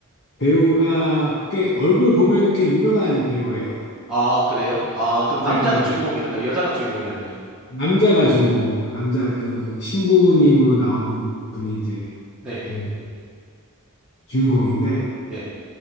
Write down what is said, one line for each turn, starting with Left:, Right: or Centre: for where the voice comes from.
Left: 배우가 꽤 얼굴 보면은 꽤 유명한 배우예요.
Centre: 아, 그래요? 아, 그럼 남자가
Left: 예, 예.
Centre: 주인공이었나요? 여자가 주인공이었나요?
Left: 남자가 주인공입니다. 남자 그 신부님으로 나오는 분이 이제
Centre: 네,
Left: 그 주인공인데
Centre: 네,